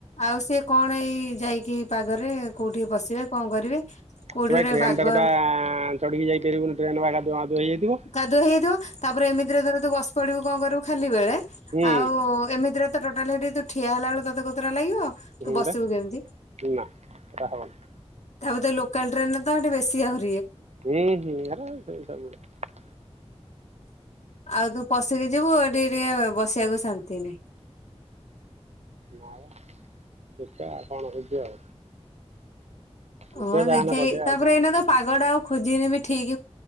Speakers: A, on the left (about 85°); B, on the right (about 75°).
A: ଆଉ ସେ ସେ କଣ ଏଇ ଯାଇକି ଏଇ ପାଗରେ କୋଉଠିକି ବସିବେ କଣ କରିବେ। କୋଉଠି
B: ତୁ ଭାଇ
A: ଗୋଟେ
B: ଟ୍ରେନଟାରେ
A: ବାଗ
B: ବା ଚଢି଼କି ଯାଇପାରିବୁନି <unintelligible> ହେଇଯାଇଥିବ।
A: କାଦୁଅ ହେଇଯାଇଥିବ ତାପରେ ଏମିତିରେ ଧର ତୁ ବସ ପଡିବୁ କଣ କରିବୁ ଖାଲି ବେଳେ
B: ହୁଁ
A: ଆଉ ଏମିତିରେ ତ ଟୋ ହେଠି ତ ଠିଆ ହେଲା ବେଳେ ତତ କୋତରା ଲାଗିବ।
B: ହୁଁ
A: ତୁ ବସିବୁ
B: <unintelligible>
A: କେମିତି
B: ନା ଏରା ହବନି।
A: ତାପରେ ତ ଲୋକାଲ ଟ୍ରେନରେ ତ ହେଠି ବେଶୀ ଆଉ।
B: <unintelligible>
A: ଆଉ ତୁ ପଶିକି ଯିବୁ ଟିକେ ଟିକେ ବସିବାକୁ ଶାନ୍ତି ନାହିଁ।
B: ନାଇଁ। ଦେଖିଆ କଣ ହଉଛି ଆଉ। ଦେଖିବା
A: ହଁ
B: ଯାହାହେଲେ
A: ଦେଖିବା
B: କରିବା
A: ଏଇ
B: ଆଉ
A: ତାପରେ ଏଇନା ତ ପାଗ ଟା ଆଉ ଖୋଜିନେ ବି ଠିକ୍